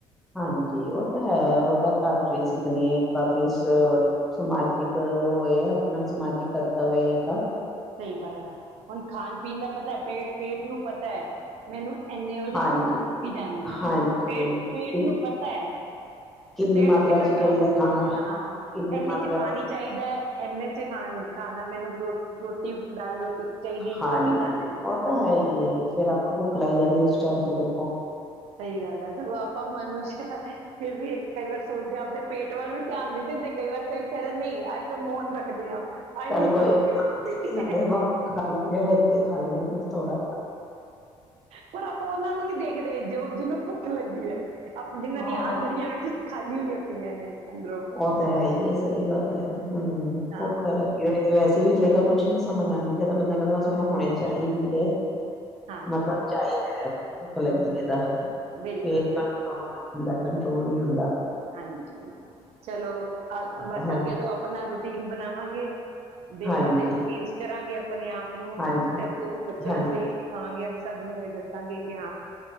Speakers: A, in the centre; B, on the right (about 70°).
A: ਹਾਂਜੀ ਉਹ ਤਾਂ ਹੈ ਉਹ ਤਾਂ ਘਰ ਚ ਹੀ ਸਿੱਖਣੀ ਹੈ ਪਾਪੇ ਸਮਾਜਿਕ ਇਹ ਆਪਣਾ ਸਮਾਜਿਕ ਕਰਤਵ ਹੈ ਤਾਂ
B: ਸਹੀ ਬੱਲ ਹੈ ਹੁਣ ਖਾਣ ਪੀਣ ਦਾ ਪਤਾ ਹੈ ਪੇਟ ਪੇਟ ਨੂੰ ਪਤਾ ਹੈ ਮੈਨੂੰ ਇੰਨੇ ਵਜੇ
A: ਹਾਂਜੀ
B: ਭੁੱਖ ਲੱਗੀ ਜਾਣੀ ਹੈ
A: ਹਾਂਜੀ
B: ਪੇਟ ਪੇਟ
A: ਕਿ
B: ਨੂੰ ਪਤਾ ਹੈ
A: ਕਿੰਨੀ
B: ਪੇਟ
A: ਮਾਤਰਾ
B: ਚ ਕੰਟਰੋਲ
A: ਚਾਹੀਦਾ ਖਾਣਾ
B: ਹਾਂ
A: ਕਿੰਨੀ
B: ਇਹਨੇ
A: ਮਾਤਰਾ
B: ਚ ਪਾਣੀ ਚਾਹੀਦਾ ਇਨੇ ਚ ਖਾ ਖਾਣਾ ਮੈਨੂੰ ੋ ਰੋਟੀ ਦਾਲ ਰੋਟੀ ਚਾਹੀਦੀ ਹੈ
A: ਹਾਂਜੀੀ
B: ਜੋ ਵੀ ਖਾਣਾ ਹੈ
A: ਉਹ ਤਾਂ ਹੈ ਹੀ ਹੈ ਫੇਰ ਆਪ ਭੁੱਖ ਲਾਈ ਜਾਂਦੀ ਉਸ ਚਬ ਤੋਂ ਦੇਖੋ
B: ਸਹੀ ਗੱਲ ਹੈ ਸਗੋਂ ਆਪਾਂ ਮਨੁਸ਼ ਫਿਰ ਵੀ ਕਈ ਵਾਰ ਸੋਚਦੇ ਆਪਦੇ ਪੇਟ ਵੱਲ ਵੀ ਧਿਆਨ ਦੇ ਦਿੰਦੇ ਕਈ ਵਾਰ ਕਈ ਕਹਿੰਦੇ ਨਹੀਂ ਅੱਜ ਤਾਂ ਮੋਹਨ ਰੱਖਦੇ ਹਾਂ ਅੱਜ
A: ਚੱਲ
B: ਨਹੀਂ
A: ਕੋਈ
B: ਖਾਵਾਂਗੇ
A: ਨੀ,
B: ਕੁਛ ਵੀ।
A: ਖਾ ਲਾਂਗੇ ਇਥੇ ਖਾ ਲੈ ਥੋੜਾ।
B: ਪਰ ਆਪਾਂ ਉਹਨਾਂ ਨੂੰ ਨਹੀਂ ਦੇਖਦੇ ਜੋ ਜਿਹਨੂੰ ਭੁੱਖ ਲੱਗੀ ਹੈ। ਆਪ ਜਿੰਹਨਾਂ
A: ਹਾਂ
B: ਦੀਆਂ ਆਂਧੜੀਆਂ ਵਿੱਚ ਖਾਲੀ ਹੋਈਆਂ ਪਈਆਂ ਨੇ। ਅੰਦਰੋਂ
A: ਉਹ ਤਾਂ ਹੈ ਹੀ ਹੈ ਸਹੀ ਗੱਲ ਹੈ। ਹੂੰ,
B: ਹਾਂ
A: ਭੁੱਖਾ ਲੱਗੀ ੳਈ ਵੈਸੇ ਵੀ ਫੇਰ ਤਾਂ ਕੁਛ ਨੀ ਸਮਝ ਆਉਂਦੀ, ਫਿਰਰ ਤਾਂ ਬਨੰਦਾ ਕਹਿੰਦਾ ਮੈਨੂ ਬਸ ਹੁਣੇ ਚਾਹੀਦੀ ਹੈ।
B: ਹਾਂ
A: ਮਤਲਬ ਚਾਹੀਦਾ ਹੈ, ਭੁੱਖ ਲੱਗੀ ਇਹਦਾ
B: ਬਿਲਕੁਲ
A: ਇਹ
B: ਬਿਲਕੁਲ
A: <unintelligible> ਕੰਟਰੋਲ ਨੀ ਹੁੰਦਾ।
B: ਹਾਂਜੀ ਚਲੋ ਅ ਬਸ
A: ਹਾਂਜੀ
B: ਅੱਗੇ ਤੋਂ ਆਪਣਾ ਰ ਟੀਮ ਬਣਾਵਾਂਗੇ। ਦਿਨ
A: ਹਾਂਜੀ
B: ਬਾ ਦਿਨ ਚੇਂਜ ਕਰਾਂਗੇ ਆਪਣੇ ਆਪ ਨੂੰ,
A: ਹਾਂਜੀ
B: ਤੇ ਅੱਗੋਂ ਵੀ ਬੱਚਿਆਂ
A: ਹਾਂਜੀ
B: ਨੂੰ ਇਹੀ ਸਿਖਾਵਾਂਗੇ ਸਭ ਨੂੰ ਇਹ ਦੱਸਾਂਗੇ ਕਿ ਹਾਂ